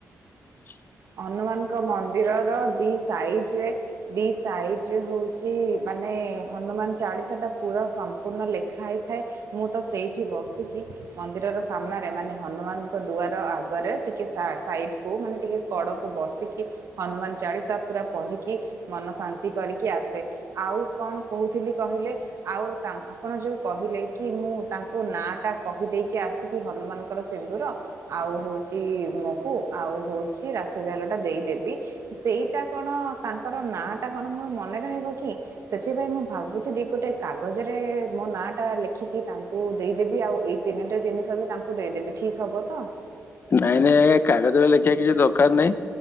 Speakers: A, on the left; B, on the right.
A: ହ <unintelligible>
B: ହନୁମାନଙ୍କ ମନ୍ଦିର ର ଦି ସାଇଟ୍ ରେ ଦି ସାଇଟ୍ ରେ ହଉଛି ମାନେ ହନୁମାନ ଚାଳିଶା ଟା ପୁରା ସମ୍ପୂର୍ଣ୍ଣ ଲେଖା ହେଇଥାଏ। ମୁଁ ତ ସେଇଠି ବସିକି ମନ୍ଦିରର ସାମ୍ନାରେ ମାନେ ହନୁମାନଙ୍କ ଦୁଆର ଆଗରେ ଟିକେ ସାସି ସାଇଟିକୁ ମାନେ ଟିକେ କଡ଼କୁ ବସିକି ହନୁମାନ ଚାଳିଶା ପୁରା ପଢିକି ମନ ଶାନ୍ତି କରିକି ଆସେ। ଆଉ କଣ କହୁଥିଲି କହିଲେ? ଆଉ ଆପଣ ଯୋଉ କହିଲେ କି ମୁଁ ତାଙ୍କ ନାଁ ଟା କହିଦେଇକି ଆସି ସେଠି ହନୁମାନଙ୍କର ସିନ୍ଦୁର ଆଉ ହଉଛି ହ ଆଉ ହଉଛି ରାଶି ତେଲ ଟା ଦେଇଦେବି। ସେଇଟା କଣ ତାଙ୍କର ନାଁ ଟା କଣ ମୋର ମନେ ରହିବ କି? ସେଥିପାଇଁ ମୁଁ ଭାବୁଥିଲି ଗୋଟେ କାଗଜରେ ମୋ ନାଁଟା ଲେଖିକି ତାଙ୍କୁ ଦେଇଦେବି ଆଉ ଏଇ ତିନିଟା ଜିନିଷ ବି ତାଙ୍କୁ ଦେଇଦେବି ଠିକ୍ ହବ ତ?
A: ନାଇଁ ନାଇଁ ଆଜ୍ଞା କାଗଜରେ ଲେଖିବା କିଛି ଦରକାର ନାଇଁ